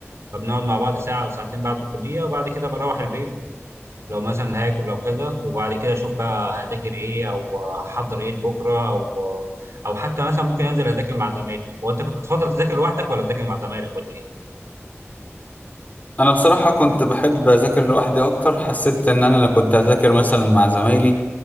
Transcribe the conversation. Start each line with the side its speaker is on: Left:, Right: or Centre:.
Right: فبنقعد مع بعض ساعة أو ساعتين بعد الكلية وبعد كده بروح البيت لو مثلا هاكل لو كذا وبعد كده أشوف بقى هذاكر إيه أو هحضر إيه لبكرة أو أو حتى مثلا ممكن أنزل أذاكر مع زمايلي وأنت كنت بتفضل تذاكر لوحدك ولا تذاكر مع زمايلك ولا إيه؟
Left: انا بصراحه كنت بحب اذاكر لوحدي اكتر حسيت ان انا لو كنت اذاكر مثلا مع زمايلي